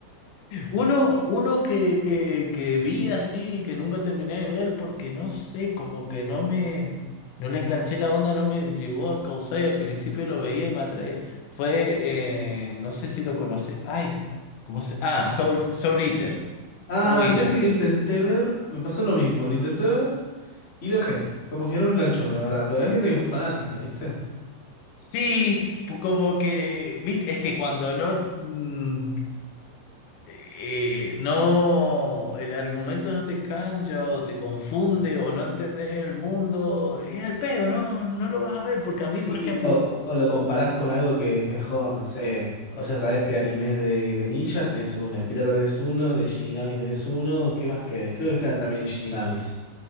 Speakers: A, on the left (about 80°); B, on the left (about 50°).
A: Uno, uno que, que, que vi así, que nunca terminé de ver porque no sé, como que no me, no le enganché la onda, no me llevó a causar y al principio lo veía y me atraía. Fue, eh, no sé si lo conoce, ay, ¿cómo se? Ah, Soul, Soul Eater.
B: Ah,
A: Soul Eater.
B: ¿sabes qué? Lo intenté ver, me pasó lo mismo, lo intenté ver y lo dejé. Como que no me enganchó, la verdad, pero hay gente que es muy fanática, ¿viste?
A: Sí, p- como que, vit- es que cuando no, mm, eh, no, el argumento no te cancha o te confunde o no entendés el mundo, es al pedo, no, no lo vas a ver, porque a
B: Sí,
A: mí, por ejemplo,
B: o, o- o lo comparás con algo que es mejor, no sé. O ya sabés que animes de, de ninjas tenés uno, de pirata tenés uno, de Shinigamis tenés uno. ¿Qué más querés? Creo que están también en Shinigamis.